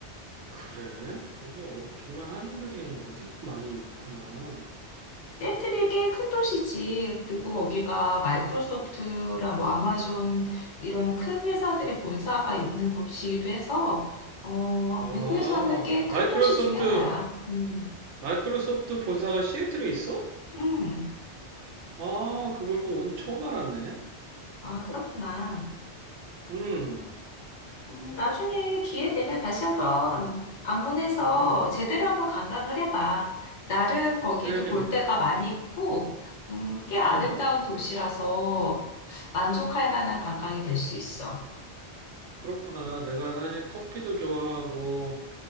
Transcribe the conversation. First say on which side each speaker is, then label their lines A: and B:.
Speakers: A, on the right (about 80°); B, on the left (about 80°).
A: 그래? 거기 어, 정말 한인들이 어디다 많이 있구나.
B: 샌들이 꽤 큰 도시지. 그리고 거기가 마이크로소프트랑 뭐 아마존 이런 큰 회사들의 본사가 있는 곳이기도 해서 어,
A: 아,
B: 미국에서 하는 꽤 큰
A: 마이크로소프트
B: 도시 중에 하나야. 음,
A: 마이크로소프트 본사가 시애틀에 있어?
B: 음.
A: 아, 그걸 또 오늘 처음 알았네.
B: 아, 그렇구나.
A: 음,
B: 음, 나중에 기회 되면 다시 한번 방문해서
A: 음,
B: 제대로 한번 관광을 해봐. 나름 거기도
A: 그래야겠네.
B: 볼 데가 많이 있고, 음, 꽤 아름다운
A: 어,
B: 도시라서 만족할 만한 관광이 될 수 있어.
A: 그렇구나. 내가 사실 커피도 좋아하고